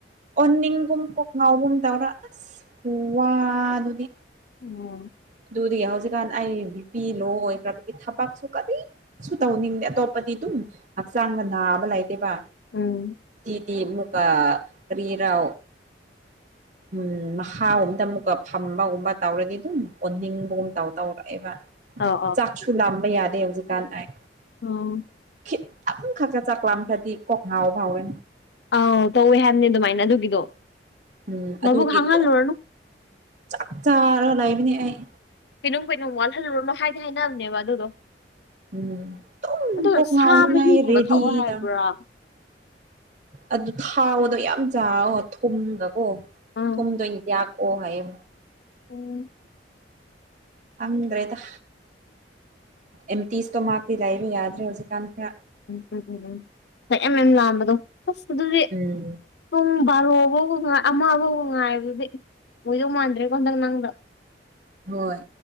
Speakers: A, on the right; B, on the left.
A: ꯑꯣꯅꯤꯡꯒꯨꯝ ꯄꯨꯛ ꯉꯥꯎꯒꯨꯝ ꯇꯧꯔ ꯑꯁ ꯋꯥꯗꯨꯗꯤ
B: ꯎꯝ
A: ꯑꯗꯨꯗꯒꯤ ꯍꯧꯖꯤꯛꯀꯥꯟ ꯑꯩ ꯕꯤꯄꯤ ꯂꯣ ꯑꯣꯏꯈ꯭ꯔꯕꯒꯤ ꯊꯕꯛꯁꯨ ꯀꯔꯤꯁꯨ ꯇꯧꯅꯤꯡꯗꯦ ꯑꯇꯣꯞꯄꯗꯤ ꯑꯗꯨꯝ ꯍꯛꯆꯥꯡꯅ ꯅꯥꯕ ꯂꯩꯇꯦꯕ
B: ꯎꯝ
A: ꯇꯤ ꯑꯃꯨꯀ ꯀꯔꯤꯔꯣ ꯎꯝ ꯃꯈꯥꯒꯨꯝꯗ ꯑꯃꯨꯛꯀ ꯐꯝꯕꯒꯨꯝꯕ ꯇꯧꯔꯗꯤ ꯑꯗꯨꯝ ꯑꯣꯟꯅꯤꯡꯕꯒꯨꯝ ꯇꯧ ꯇꯧꯔꯛꯑꯦꯕ
B: ꯑꯧ
A: ꯆꯥꯛꯁꯨ ꯂꯥꯝꯕ ꯌꯥꯗꯦ ꯍꯧꯖꯤꯛꯀꯥꯟ ꯑꯩ
B: ꯑꯣ
A: ꯈꯤꯇꯪ ꯈꯛꯀꯥ ꯆꯥꯛꯂꯥꯝꯃꯗꯤ ꯀꯣꯛ ꯉꯥꯎꯕ ꯍꯧꯋꯦ
B: ꯑꯥꯎ ꯇꯧꯋꯦ ꯍꯥꯏꯕꯅꯦ ꯑꯗꯨꯃꯥꯏꯅ ꯑꯗꯨꯒꯤꯗꯣ
A: ꯎꯝ ꯑꯗꯨꯒꯤ
B: ꯃꯕꯨꯛ ꯍꯥꯡꯍꯜꯂꯨꯔꯅꯨ
A: ꯇꯣꯛ ꯆꯥꯛ ꯆꯥꯔꯒ ꯂꯩꯕꯅꯦ ꯑꯩ
B: ꯀꯩꯩꯅꯣꯝ ꯀꯩꯅꯣꯝ ꯋꯥꯠꯍꯜꯂꯨꯔꯅꯣ ꯍꯥꯏꯗꯤ ꯍꯥꯏꯅꯝꯅꯦꯕ ꯑꯗꯨꯗꯣ
A: ꯎꯝ
B: ꯑꯗꯣ
A: ꯀꯣꯛ ꯉꯥꯎꯅꯤꯡꯉꯥꯏ
B: ꯁꯥ ꯃꯍꯤꯒꯨꯝꯕ
A: ꯔꯦꯗꯤꯗ
B: ꯊꯛꯑꯣ ꯍꯥꯏꯕ꯭ꯔꯥ
A: ꯑꯗꯨ ꯊꯥꯎꯗꯣ ꯌꯥꯝ ꯆꯥꯋꯣ ꯊꯨꯝꯒꯀꯣ
B: ꯎꯝ
A: ꯊꯨꯝꯗꯣ ꯌꯥꯛ ꯑꯣ ꯍꯥꯏꯌꯦ
B: ꯎꯝ
A: ꯈꯪꯗ꯭ꯔꯦꯗ ꯑꯦꯝꯇꯤ ꯏꯁꯇꯣꯃꯥꯛꯇꯤ ꯂꯩꯕ ꯌꯥꯗ꯭ꯔꯦ ꯍꯧꯖꯤꯛ <unintelligible>
B: ꯃꯌꯥꯝ ꯃꯌꯥꯝ ꯂꯥꯝꯕꯗꯣ ꯑꯁ ꯑꯗꯨꯗꯤ
A: ꯎꯝ
B: ꯄꯨꯡ ꯕꯥꯔꯣꯐꯧ ꯑꯃꯐꯧ ꯉꯥꯏꯕꯗꯨꯗꯤ ꯑꯣꯏꯗꯧ ꯃꯥꯟꯗ꯭ꯔꯦꯕꯣ ꯍꯟꯗꯛ ꯅꯪꯗꯣ
A: ꯍꯣꯏ